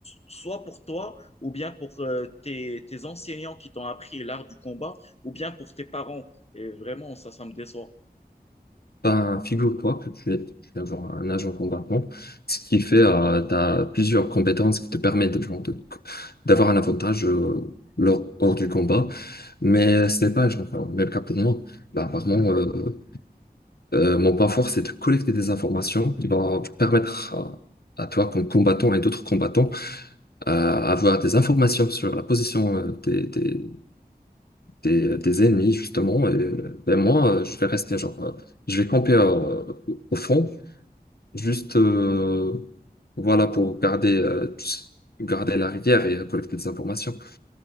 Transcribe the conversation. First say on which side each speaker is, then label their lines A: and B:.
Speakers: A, on the left; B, on the left.
A: soit pour toi, ou bien pour euh, tes, tes enseignants qui t'ont appris l'art du combat, ou bien pour tes parents. Et vraiment, ça, ça me déçoit.
B: Ben, figure-toi que tu es, tu es genre un agent combattant, ce qui fait euh, tu plusieurs compétences qui te permettent genre, de- d'avoir un avantage euh, lors, hors du combat, mais ce n'est pas genre, euh, le même cas pour moi. Bah, vraiment, euh, euh, mon point fort, c'est de collecter des informations qui vont permettre à, à toi, comme combattant et d'autres combattants, euh, avoir des informations sur la position euh, des, des, des, des ennemis, justement. Et, ben, moi, euh, je vais rester genre, euh, je vais camper euh, au fond Juste, euh, voilà, pour garder, euh, tu sais, garder la rivière et collecter des informations.